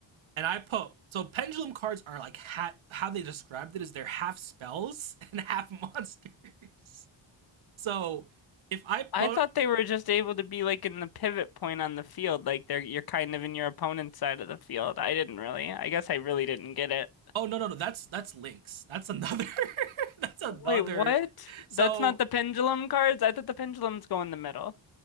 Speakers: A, on the right; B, on the left.
A: and I put so pendulum cards are like ha- how they described it is they're half spells <laughs> and half monsters. <laughs> So if I put
B: I thought they were just able to be like in the pivot point on the field, like they're you're kind of in your opponent's side of the field. I didn't really. I guess I really didn't get it.
A: Oh no no no that's that's Lynx. That's another <laughs> that's another
B: Wait, what?
A: so
B: That's not the pendulum cards? I thought the pendulums go in the middle.